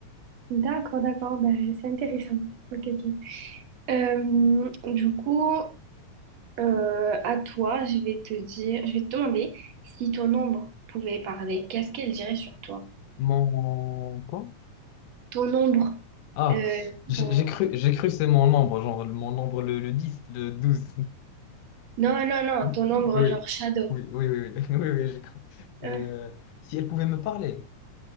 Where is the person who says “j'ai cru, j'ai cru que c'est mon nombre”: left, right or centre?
Left